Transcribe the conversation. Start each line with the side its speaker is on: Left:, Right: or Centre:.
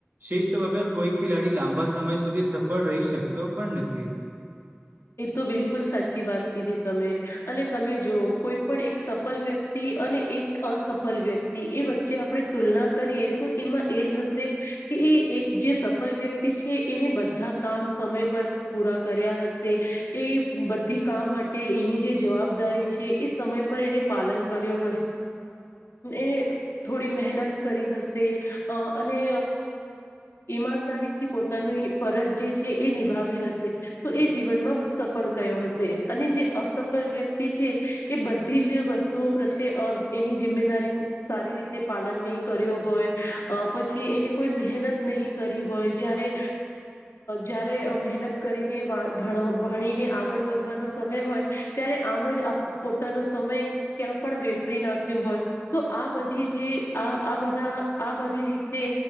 Right: શિસ્ત, વગર કોઈ ખેલાડી લાંબા સમય સુધી સફળ રહી શકતો પણ નથી.
Left: એ તો બિલકુલ સાચી વાત કીધી તમે અને તમે જો કોઈ પણ એક સફળ વ્યક્તિ. અને એક અસફલ વ્યક્તિ એ વચ્ચે આપણે તુલના કરીએ તો એમાં એ જ હશે. કે એ એક જે સફળ વ્યક્તિ છે. એને બધા કામ સમય પર પૂરા કર્યા. એ બધી કામ માટે એની જે જવાબદારી છે. એ સમય પર એને પાલન કરયો એ થોડી મહેનત કરી હશે અને. ઈમાનદારી થી પોતાની ફરજ જે છે. એ નિભાવી હશે તો એ જીવનમાં સફળ થયો હશે અને જે અસફલ વ્યક્તિ છે. એ બધી જ વસ્તુઓ, પ્રત્યે એની જિમ્મેદારી સારી રીતે પાલન નહી કર્યો હોય પછી એને કો મહેનત નહી કરી હોય જ્યારે જ્યારે મહેનત કરીને. ભણ ભણીને આગળ વધવાનો સમય હોય ત્યારે આમ જ પોતાનો સમય કયાક. પણ વેફડી નાખ્યો હોય તો આ બધી જે આ બધા આ બધી રીતે.